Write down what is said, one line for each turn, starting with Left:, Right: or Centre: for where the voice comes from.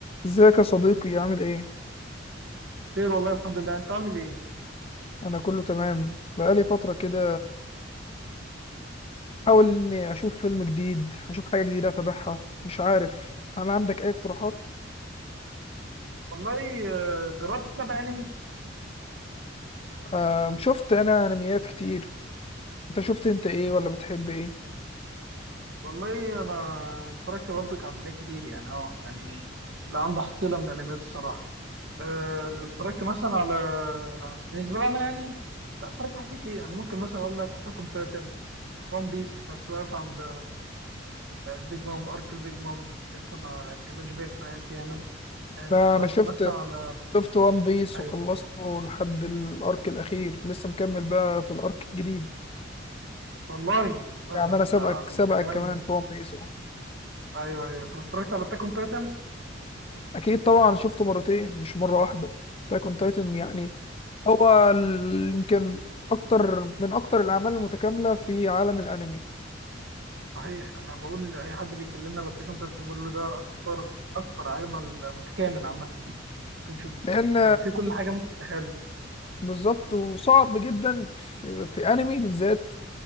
Left: ازيك يا صديقي عامل ايه
Right: خير والله الحمد لله انت عامل ايه
Left: انا كله تمام بقالي فتره كده حاول اني اشوف فيلم جديد اشوف حاجه جديده اتابعها مش عارف هل عندك اي اقتراحات
Right: والله آه، جربت تتابع انمي
Left: آه شفت انا انميات كتير انت شفت انت ايه ولا بتحب ايه
Right: والله انا اتفرجت برضك على انميات كتير يعني اه يعني لا عندي حصيله من الانميات الصراحه آه، اتفرجت مثلا على بالنسبه لي انا يعني لا اتفرجت على حاجات كتير يعني ممكن مثلا اقول لك اتاك اون تايتن وان بيس بس واقف عند بيج مام ارك البيج مام لسه ما كملش باقي الحلقات يعني آه،
Left: لا
Right: اتفرجت
Left: انا شفت
Right: مثلا على
Left: شفت وان بيس
Right: ايوه
Left: وخلصته لحد الارك الاخير لسه مكمل بقى في الارك الجديد
Right: والله اه
Left: يعني
Right: ده
Left: انا
Right: انت
Left: سبقك سبقك
Right: انت كمان
Left: كمان في وان بيس اه
Right: ايوه ايوه طب اتفرجت على اتاك اون تايتن
Left: اكيد طبعا شفته مرتين مش مره واحده تاكون تايتن يعني هو ال- يمكن اكتر من اكتر الاعمال المتكامله في عالم الانمي
Right: صحيح انا بقول لاي حد بيكلمنا على التكن تك بقول له ده اكتر اكتر اجمل متكامل عامه ممكن تشوف
Left: لان
Right: آه، في كل حاجه ممكن تتخيلها
Left: بالظبط وصعب جدا في, في انمي بالذات